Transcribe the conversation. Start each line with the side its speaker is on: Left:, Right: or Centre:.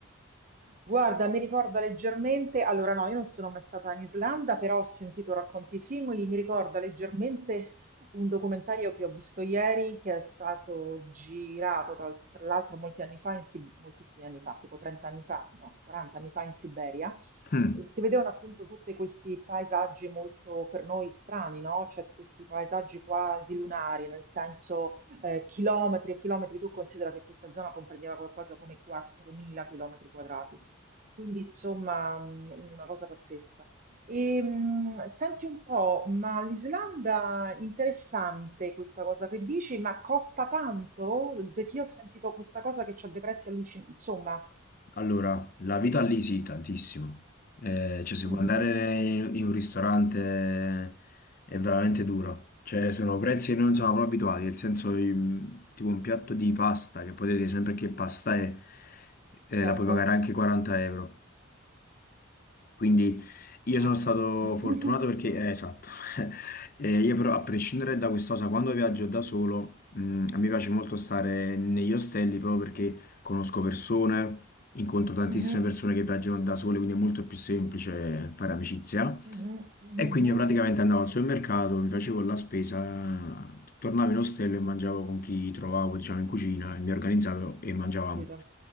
Right: Guarda, mi ricorda leggermente, allora no, io non sono mai stata in Islanda, però ho sentito racconti simili, mi ricorda leggermente un documentario che ho visto ieri, che è stato girato tra, tra l'altro molti anni fa, in Si- moltissimi anni fa, tipo 30 anni fa, no, 40 anni fa in Siberia,
Left: Mm.
Right: e si vedevano appunto tutti questi paesaggi molto per noi strani, no? Cioè questi paesaggi quasi lunari, nel senso eh, chilometri e chilometri, tu considera che questa zona comprendeva qualcosa come 4.000 chilometri quadrati. Quindi insomma mh, una cosa pazzesca. E, mh, senti un po', ma l'Islanda, interessante questa cosa che dici, ma costa tanto? Perché io ho sentito questa cosa che c'ha dei prezzi allucinanti, insomma.
Left: Allora, la vita lì sì, tantissimo. Eh, cioè, se
Right: Mhm,
Left: vuoi andare in, in un ristorante è veramente duro. Cioè, sono prezzi che noi non siamo proprio abituati, nel senso, im- tipo un piatto di pasta, che potete dire sempre che pasta è, eh,
Right: certo,
Left: la puoi pagare anche 40 euro. Quindi io
Right: ammazza.
Left: sono stato
Right: <laughs>
Left: fortunato perché, eh, esatto, <laughs> Eh, io però a prescindere da questa cosa, quando viaggio da solo, mh, a me piace molto stare negli ostelli proprio perché conosco persone, incontro tantissime
Right: Mhm,
Left: persone che viaggiano da sole, quindi è molto più semplice fare amicizia.
Right: mhm, mhm,
Left: E quindi
Right: mhm.
Left: io praticamente andavo al supermercato, mi facevo la spesa, tornavo in ostello e mangiavo con chi trovavo, diciamo, in cucina, e mi organizzavo e mangiavamo.
Right: Ho capito.